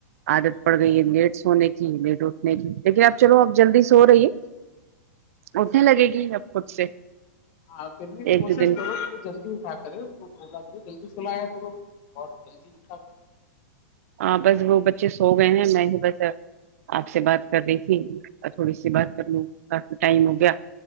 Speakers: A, on the right; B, on the left.
A: عادت پڑ گئی ہے لیٹ سونے کی لیٹ اٹھنے کی لیکن اب چلو اب جلدی سو رہی ہے اٹتنے لگے گی اب خود سے
B: ہاں پھر بھی
A: ایک
B: کوشش
A: دو دن
B: کرو کہ جلدی اٹھا کرے اس کو بولا کرے جلدی سلایا کرو اورہ جلدی اٹھا کرو
A: ہاں بس وہ بچے سو گئے ہیں میں ہی بس آپ سے بات کر رہی تھی اور تھوڑی سی بات کر لوں کافی ٹائم ہو گیا